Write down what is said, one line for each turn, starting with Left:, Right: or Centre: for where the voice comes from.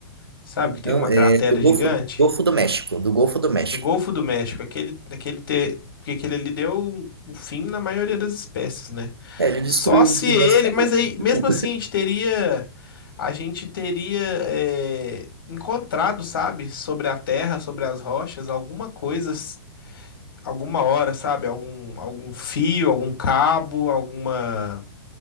Left: Sabe que tem
Right: Não,
Left: uma
Right: é
Left: cratera
Right: do Golfo,
Left: gigante?
Right: Golfo do México, do Golfo do México.
Left: No Golfo do México, aquele, aquele ter, porque aquele ali deu um um fim na maioria das espécies, né?
Right: É, ele destruiu
Left: Só se
Right: os dinossauros.
Left: ele, mas aí, mesmo
Right: tudo.
Left: assim, a gente teria, a gente teria é, encontrado, sabe, sobre a terra, sobre as rochas, alguma coisa, s- alguma hora, sabe? Algum, algum fio, algum cabo, alguma